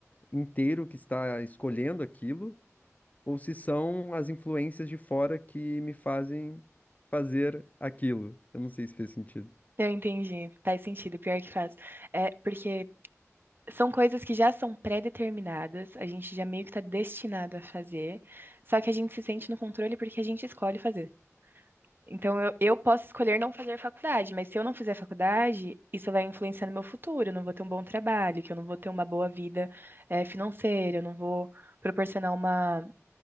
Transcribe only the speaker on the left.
inteiro que está escolhendo aquilo, ou se são as influências de fora que me fazem fazer aquilo. Eu não sei se fez sentido.